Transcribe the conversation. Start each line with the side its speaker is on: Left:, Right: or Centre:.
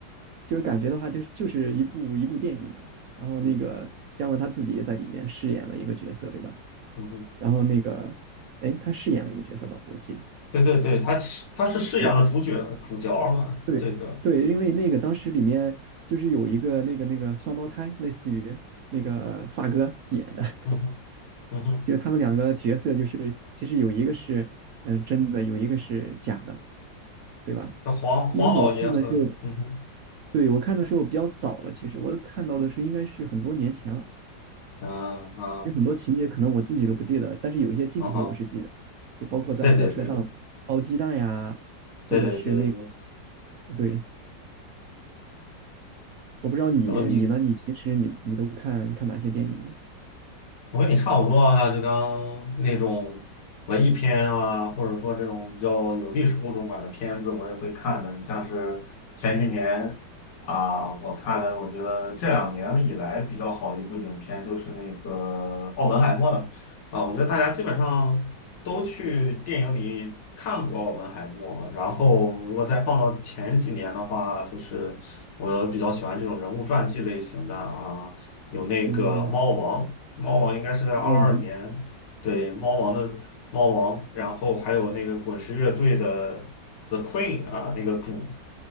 Right: 就是感觉的话，就是就是一部。然后那个姜文他自己也在里面饰演了一个角色，
Left: 嗯哼
Right: 对吧？
Left: 嗯哼
Right: 然后那个，哎，他饰演了一个角色吧，我记得。
Left: 对对对，他他是饰演了主角主角嘛，
Right: 对对对，
Left: 这个。
Right: 因为那个当时里面就是有一个那个那个双胞胎，类似于那个发哥演的，<laughs>
Left: 嗯哼，嗯哼，
Right: 就他们两个角色就是其实有一个是嗯、呃真的，有一个是假的，对吧？
Left: 那黄黄老爷和嗯哼，
Right: 因为我看的时候，对，我看的时候比较早了，其实我看到的是应该是很多年前了。
Left: 啊啊，
Right: 有很多情节可能我自己都不记得，但是有一些镜头我是记得，
Left: 嗯哼，
Right: 就包括在火车上包鸡蛋呀，
Left: 对对对
Right: 或者是那
Left: 对对对对，
Right: 对，我不知道你你呢？
Left: 然后你
Right: 你平时你你都看看哪些电影呢？
Left: 我跟你差不多啊，就刚那种文艺片啊，或者说这种比较有历史厚重感的片子，我也会看的。你像是前几年啊，我看了，我觉得这两年以来比较好的一部影片就是那个《奥本海默》了啊，我觉得大家基本上都去电影里看过《奥本海默》，然后如果再放到前几年的话，就是我比较喜欢这种人物传记类型的啊。有那个猫王猫王应该是在二二年，
Right: 嗯，猫王，
Left: 对，猫王的猫王，然后还有那个滚石乐队的 The Queen 啊，那个主